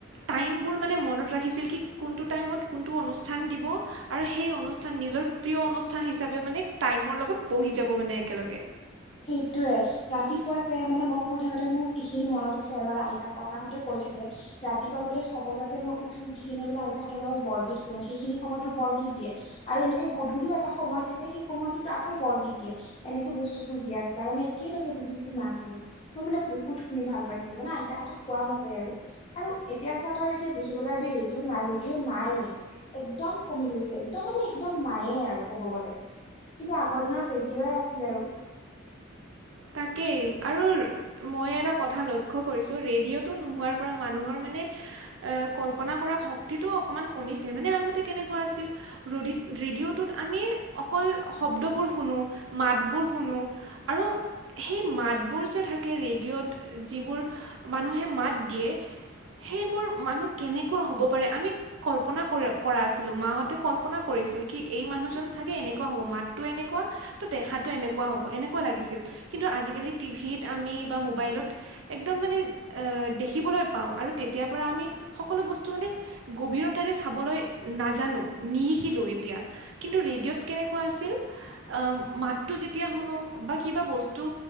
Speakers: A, on the right; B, on the left.
A: টাইমবোৰ মানে, মনত ৰাখিছিল কি কোনটো টাইমত, কোনটো অনুষ্ঠান দিব আৰু সেই অনুষ্ঠান নিজৰ প্ৰিয় অনুষ্ঠান হিচাপে মানে টাইমৰ লগত বাঢ়ি যাব মানে একেলগে
B: সেইটোৱে ৰাতিপুৱা যে, মানে মই শুই থাকোতে মোৰ এইখিনি মনত আছে আৰু আইতাক ককাহঁতেও কৈ থাকে ৰাতিপুৱা, বোলে ছয় বজাতে, মই উঠো উঠি কিনে বোলে, আইতাহঁতৰ লগত বৰগীত শুনো সেইখিনি সময়টো বৰগীত দিয়ে। আৰু এনেকে গধূলিও এটা সময় থাকে, সেই সময়টোত আকৌ বৰগীত দিয়ে এনেকে বস্তুবোৰ দিয়া আছিলে, আৰু আমি একেলগে বহি শুনা আছিলো। মই বোলে, বহুত শুনি ভাল পাইছিলো মানে আইতাহঁতে কোৱা মতে, আৰু আৰু এতিয়া চা, তই এতিয়া দেখিবলৈ পাবি ৰেডিঅ' নাই ৰেডিঅ' নায়েই একদম কমি গৈছে, একদম মানে, একদম নায়েই আৰু ক'ব গ'লে। কিন্তু আগৰ দিনত ৰেডিঅয় আছিল আৰু
A: তাকেই আৰু মই এটা কথা লক্ষ্য কৰিছোঁ ৰেডিঅ'টো নোহোৱাৰ পৰা মানুহৰ মানে এ কল্পনা কৰা শক্তিটো অকমান কমিছে মানে আগত কেনেকুৱা আছিল ৰেডিঅ'ত টোত আমি অকল শব্দবোৰ শুনো মাতবোৰ শুনো আৰু সেই মাতবোৰ যে থাকে, ৰেডিঅ'ত যিবোৰ মানুহে মাত দিয়ে সেইবোৰ মানুহ কেনেকুৱা হ'ব পাৰে আমি কল্পনা কৰা আছিলোঁ মাহঁতে কল্পনা কৰিছিল কি এই মানুহজন চাগে এনেকুৱা হ'ব মাতটো এনেকুৱা তো দেখাতটো এনেকুৱা হ'ব এনেকুৱা লাগিছিল কিন্তু আজিকালি টিভিত আমি বা মোবাইলত একদম মানে দেখিবলৈ পাওঁ আৰু তেতিয়াৰ পৰা আমি সকলো বস্তু মানে গভীৰতাৰে চাবলৈ নাজানো নিশিকিলোঁ এতিয়া কিন্তু ৰেডিঅ'ত কেনেকুৱা আছিল মাতটো যেতিয়া শুনোঁ বা কিবা বস্তু টো